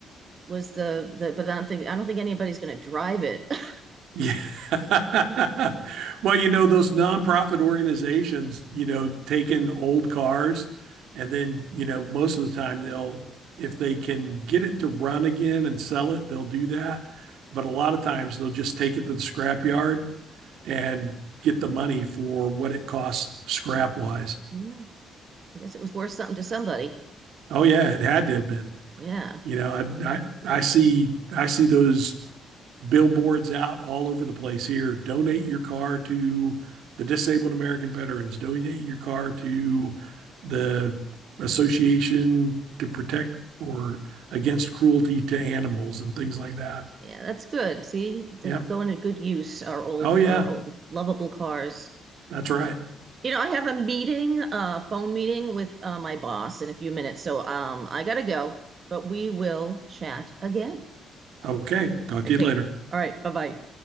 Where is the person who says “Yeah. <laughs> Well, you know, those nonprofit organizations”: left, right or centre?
Right